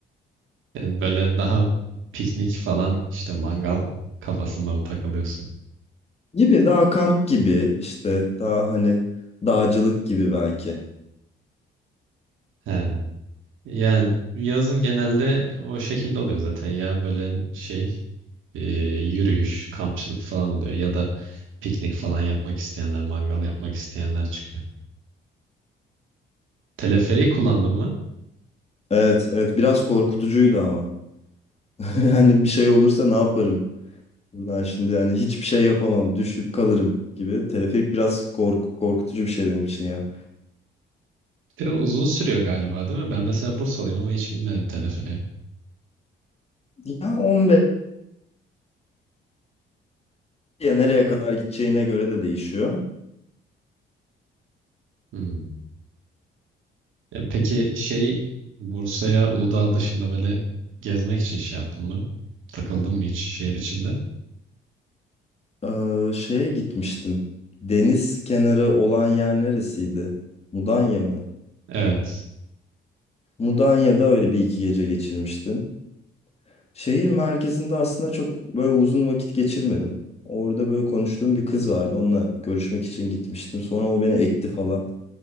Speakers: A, on the right (about 80°); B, on the left (about 30°).
A: e, Böyle daha piknik falan işte mangal kafasında mı takılıyorsun?
B: Gibi daha kamp gibi işte daha hani dağcılık gibi belki.
A: He. Yani yazın genelde o şekilde oluyor zaten ya böyle şey e, yürüyüş, kampçılık falan oluyor ya da piknik falan yapmak isteyenler, mangal yapmak isteyenler çıkıyor. Teleferiği kullandın mı?
B: Evet, evet biraz korkutucuydu ama. <laughs> Yani bir şey olursa ne yaparım? Buradan şimdi yani hiçbir şey yapamam, düşüp kalırım gibi. Teleferik biraz korku, korkutucu bir şey benim için ya.
A: Bir de uzun sürüyor galiba değil mi? Ben mesela Bursalıyım ama hiç bilmedim teleferiği.
B: Ya 15 ya nereye kadar gideceğine göre de değişiyor.
A: Hmm. Ya peki şey Bursa'ya Uludağ dışında böyle gezmek için şey yaptın mı? Takıldın mı hiç şehir içinde?
B: Ee, şeye gitmiştim. Deniz kenarı olan yer neresiydi? Mudanya mı?
A: Evet.
B: Mudanya'da öyle bir iki gece geçirmiştim. Şehir merkezinde aslında çok böyle uzun vakit geçirmedim. Orada böyle konuştuğum bir kız vardı. Onunla görüşmek için gitmiştim. Sonra o beni ekti falan.